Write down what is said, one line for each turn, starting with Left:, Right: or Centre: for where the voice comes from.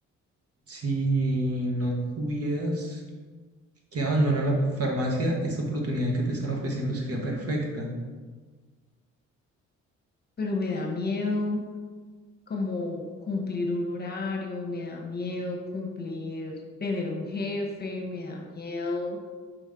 Right: si no tuvieras que abandonar la farmacia, esta oportunidad que te están ofreciendo sería perfecta
Left: pero me da miedo como cumplir un horario, me da miedo cumplir, tener un jefe, me da miedo,